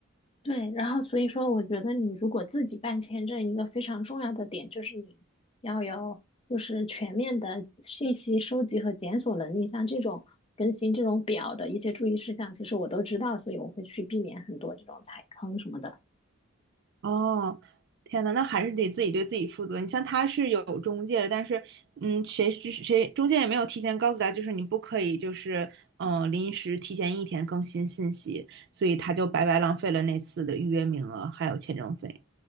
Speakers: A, on the left; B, on the right.
A: 对，然后所以说，我觉得你如果自己办签证，一个非常重要的点就是你要有就是全面的信息收集和检索能力，像这种更新这种表的一些注意事项，其实我都知道，所以我会去避免很多这种踩坑什么的。
B: 哦，天呐，那还是得自己对自己负责。你像他是有中介的，但是，嗯，谁知谁中介也没有提前告诉他，就是你不可以，就是嗯、呃临时提前一天更新信息，所以他就白白浪费了那次的预约名额还有签证费。